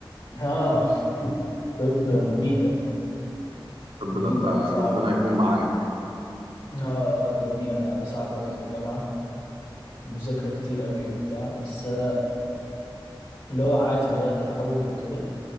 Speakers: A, on the left; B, on the right.
A: اه طب مميتة
B: طب
A: مميتة
B: ده انت ربنا
A: صعب
B: يكون معاك
A: اه آه، الدنيا صعبة قوي في الجامعة المذاكرة كتير قوي وبتاع بس آه، اللي هو عادي بدأت اتعود وكده